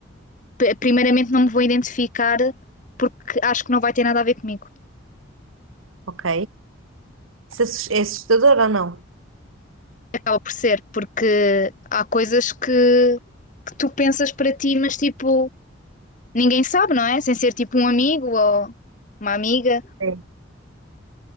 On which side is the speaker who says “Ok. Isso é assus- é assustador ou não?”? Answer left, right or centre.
Right